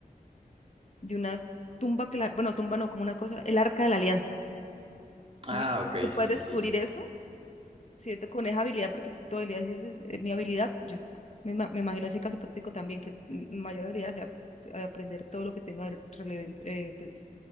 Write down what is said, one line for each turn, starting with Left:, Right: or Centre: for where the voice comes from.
Left: de una tumba que la, bueno, tumba no, como una cosa, el Arca de la Alianza.
Right: Ah,
Left: Bueno,
Right: ok,
Left: Tú
Right: sí,
Left: puedes
Right: sí,
Left: descubrir
Right: sí.
Left: eso, ¿cierto? Con esa habilidad, porque tu habilidad sí es, es mi habilidad. Yo me, ima- me imagino ese caso hipotético también, que mi mayor habilidad sea a- aprender todo lo que tenga relevan- eh, pues,